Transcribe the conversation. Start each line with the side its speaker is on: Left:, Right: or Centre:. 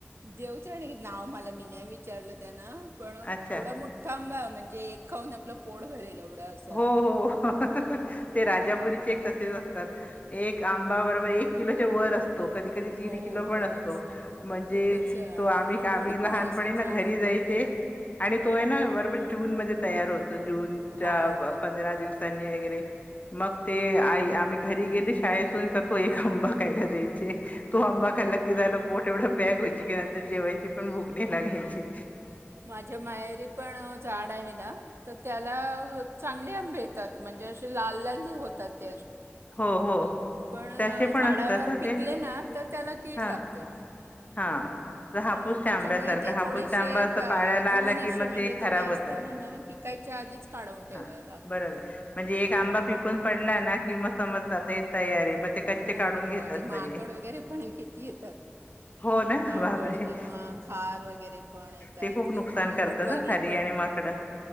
Right: देऊच नाव मला मी नाही विचारलं त्याना पण एवढा
Left: अच्छा
Right: मोठा आंबा म्हणजे जे एक खाऊन आपलं पोड भरेल असा
Left: हो हो ते राजापुरीचे एक तसेच असते एक आंबा बरोबर एक किलो वर असत कधी कधी दीड
Right: हो
Left: किलो पण
Right: खरंच
Left: असतो म्हणजे
Right: खूपच आणि
Left: तो आम्ही
Right: गोड
Left: आम्ही लहानपणी
Right: पण असा
Left: ना
Right: छान
Left: घरी
Right: होता
Left: जायचे आणि तो आहे ना बरोबर जून म तयार होतो जून त्या
Right: हां
Left: पंधरा दिवसांनी वगैरे मग ते आई आम्ही घरी गेलो शाळेतून का तो एक आंबा खायला द्यायचे तो आंबा खायला कि झालं पोट एवढं पॅक वय की नंतर जेवायची पण भुकणेला घ्यायची
Right: माझ्या मायरी पण झाड आहे त्याला चांगले आंबे येतात म्हणजे असे लाल लाल होतात
Left: हो, हो.
Right: पण
Left: तसे पण
Right: झाडावर
Left: असतात हं
Right: पिकले
Left: ते.
Right: ना तर त्याला कीड
Left: हां.
Right: लागते
Left: हा
Right: हा
Left: तर हापूसच्या
Right: त्याच्यामुळे
Left: आंब्यासारखा
Right: ते
Left: हापूसचा
Right: थोडेसे
Left: आंबा असं पाळायला
Right: जून
Left: आला की
Right: असे
Left: मग
Right: म्हणजे
Left: ते खराब
Right: थोडे असताना
Left: होतात.
Right: ना पिकायच्या आधीच काढून ठेवा
Left: हा
Right: लागतात
Left: बरोबर म्हणजे एक आंबा पिकून पडला ना कि म समजतता तयार आहे मग ते कच्चे
Right: हो
Left: काढून घेतात
Right: आणि
Left: सगळे.
Right: माकड वगैरे पण किती येतात
Left: हो ना
Right: माकड
Left: बापरे
Right: किंवा खार वगैरे पण येतात
Left: ते खूप नुकसान
Right: किंवा
Left: करतात
Right: वटवागळ
Left: ह खारी
Right: पण
Left: आणि माकडं